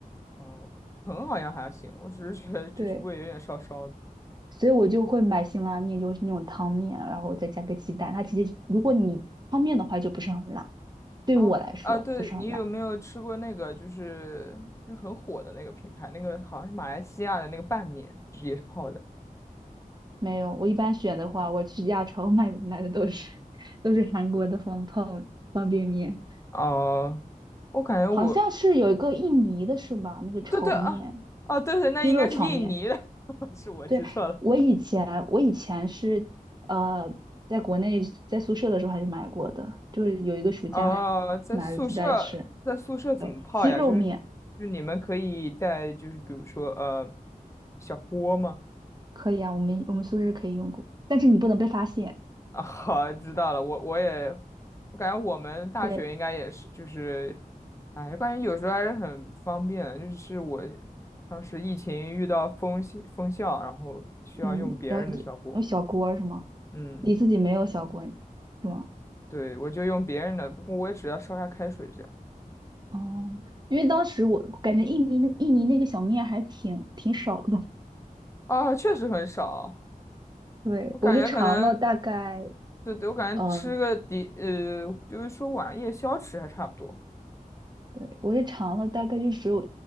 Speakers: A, on the left; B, on the right.
A: 哦，疼好像还行，我只是觉得就是胃有点烧烧的。
B: 对，所以我就会买辛拉面，就是那种汤面，然后再加个鸡蛋。它其实如果你汤面的话，就不是很辣，对于我来说不是很辣。
A: 啊啊，对，你有没有吃过那个就是那很火的那个品牌，那个好像是马来西亚的那个拌面，就是也是泡的。
B: 没有，我一般选的话，我去亚超 <laughs> 买的买的都是 <laughs> 都是韩国的方泡方便面，
A: 哦、我感觉我
B: 好像是有一个印尼的是吧？那个炒面，
A: 对对啊，哦对对，那应该是印尼的，
B: 鸡肉炒面。
A: <laughs> 是我记错了。
B: 对，我以前，我以前是呃，在国内在宿舍的时候还是买过的，就是有一个暑假买了几袋吃。
A: 啊。在宿舍，在宿舍怎么泡呀？
B: 对，鸡肉面
A: 就是，就是你们可以在就是比如说呃，小锅吗？
B: 可以啊，我们我们宿舍可以用过，但是你不能被发现。
A: 啊，<laughs> 好，知道了。我我也，我感觉我们大学应该也是，
B: 对，
A: 就是，哎，感觉有时候还是很方便的。就是我当时疫情遇到封校封校，然后需要用别人的小锅。
B: 嗯，然后就有小锅儿是吗？
A: 嗯，
B: 你自己没有小锅是吗？
A: 对，我就用别人的，不过我也只要烧下开水这样。
B: 哦，因为当时我感觉印尼那印尼那个小面还挺挺少的，
A: 啊，确实很少，
B: 对，
A: 我感觉可能，
B: 我就尝了大概。
A: 对对，我感觉吃个底，
B: 嗯，
A: 呃，就是说晚夜宵吃还差不多。
B: 对，我是尝了，大概就只有